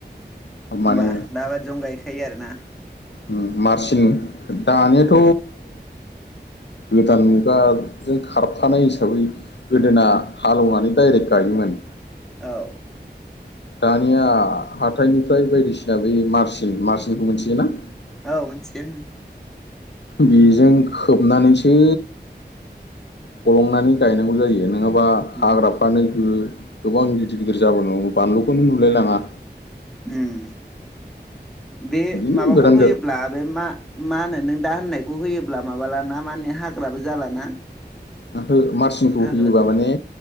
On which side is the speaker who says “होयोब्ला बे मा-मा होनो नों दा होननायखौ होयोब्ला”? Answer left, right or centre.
Centre